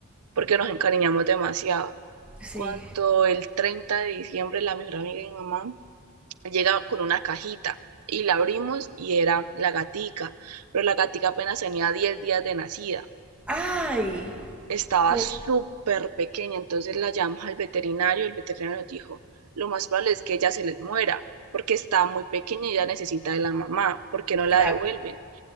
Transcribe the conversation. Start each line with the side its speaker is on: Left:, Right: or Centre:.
Right: porque nos encariñamos demasiado.
Centre: sí.
Right: Cuando el 30 de diciembre la mejor amiga de mi mamá llega con una cajita y la abrimos y era la gatica, pero la gatica apenas tenía 10 días de nacida.
Centre: Ay,
Right: Estaba
Centre: oh,
Right: súper pequeña, entonces la llamamos al veterinario, el veterinario nos dijo, lo más probable es que ella se les muera porque está muy pequeña y ya necesita de la mamá, porque no la
Centre: claro.
Right: devuelven